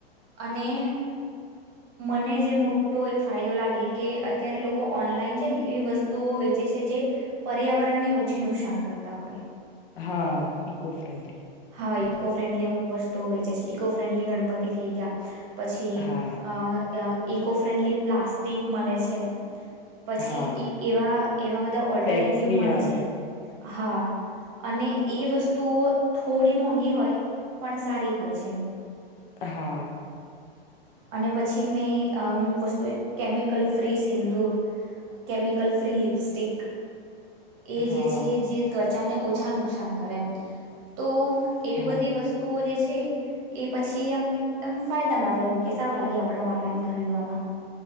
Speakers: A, on the right; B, on the left.
A: અને. મને જે મોટો એક ફાયદો લાગે કે અત્યારે લોકો ઓનલાઈન છે ને એવી વસ્તુઓ વેચે છે જે પર્યાવરણને ઓછી નુકસાન કરતા હોય.
B: હા. Eco friendly.
A: હા ઇકો ફ્રેન્ડલી અમુક વસ્ુઓ વેચે છે ઇકો ફ્રેન્ડલી ગણપતિ થઈ ગયા. પછી
B: હા
A: અ. ઇકો ફ્રેન્ડલી પ્લાસ્ટિક મળે છે. પછી
B: હા
A: એવા એવા બધા ઓલ્ટરનેટિવ
B: બેગ્સ બી
A: મળે
B: આવે
A: છે. હા અને એ વસ્તુ. તો થોડી મોંઘી હોય પણ સારી હોય છે એમ.
B: હા.
A: અને પછી મેં અમુક વસ્તુ કેમિકલ ફ્રી સિંદુર કેમિકલ ફ્રી લિપસ્ટિક. એ
B: હા
A: જે છે જે ત્ચ. બ્ચાને ઓછા નુકસાન કરે એમ તો. એવી
B: હા
A: બધી વસ્તુઓ જે છે. એ પછી એમ એમ ફાયદા મા રે એમ. કે સારું લાગે આપડણે ઓનલાઈન ખરીદવામાં.